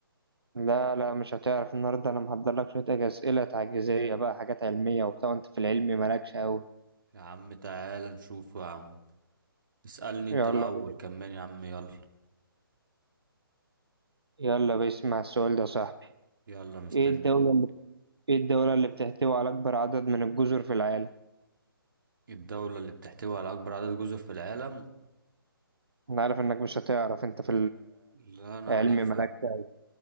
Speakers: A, on the right; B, on the right.
A: لا لا مش هتعرف النهاردة انا محضر لك شوية أسئلة تعجيزية بقى حاجات علمية وبتاع وانت في العلم مالكش قوي
B: يا عم تعالى نشوفه يا عم اسألني انت
A: يلا
B: الاول
A: بينا
B: كمان يا عم يلا
A: يلا بيسمع السؤال ده يا صاحبي
B: يلا مستنيك
A: ايه الدولة اللي ايه الدولة اللي بتحتوي على اكبر عدد من الجزر في العالم
B: الدولة اللي بتحتوي على أكبر عدد جزر في العالم
A: انا عارف انك مش هتعرف انت في
B: لا أنا
A: العلم
B: عارفها
A: مالكش قوي